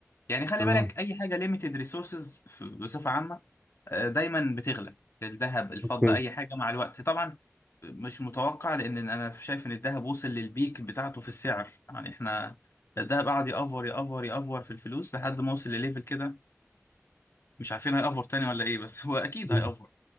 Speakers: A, on the left (about 55°); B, in the centre.
A: يعني خلي
B: تمام
A: بالك اي حاجة ليميتد ريسورسز بصفة عامة آه، دايما بتغلى الذهب الفضة
B: اوكي
A: اي حاجة مع الوقت طبعا مش متوقع لان انا شايف ان الذهب وصل للبيك بتاعته في السعر يعني احنا الذهب قعد يأفور يأفور يأفور في الفلوس لحد ما وصل لليفل كده مش عارفين هيأفور تاني ولا ايه بس هو اكيد
B: مم.
A: هيأفور